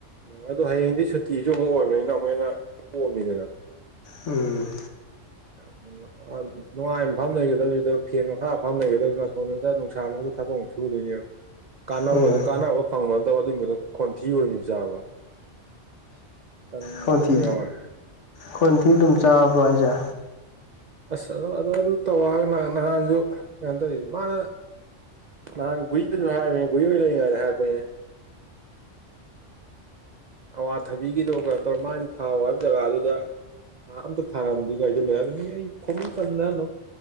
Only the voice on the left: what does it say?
ꯎꯝ
ꯎꯝ
ꯈꯣꯟꯊꯤ
ꯈꯣꯟꯊꯤ ꯑꯗꯨꯝ ꯆꯥꯕ꯭ꯔ‌ꯣ ꯍꯥꯏꯖꯦ